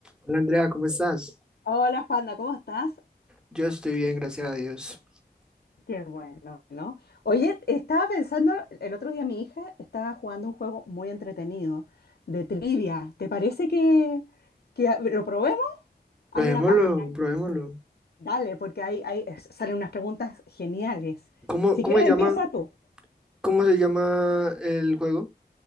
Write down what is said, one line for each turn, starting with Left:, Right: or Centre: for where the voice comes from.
Centre: Hola Andrea, ¿cómo estás?
Left: Hola Juanda, ¿cómo estás?
Centre: Yo estoy bien, gracias a Dios.
Left: Qué bueno, ¿no? Oye, estaba pensando, el otro día mi hija estaba jugando un juego muy entretenido de trivia. ¿Te parece que, que a- lo probemos? Hay
Centre: Probémoslo,
Left: una página,
Centre: probémoslo.
Left: dale, porque hay, hay- es- salen unas preguntas geniales.
Centre: ¿Cómo,
Left: Si
Centre: cómo
Left: quieres,
Centre: se llama,
Left: empieza tú.
Centre: cómo se llama el juego?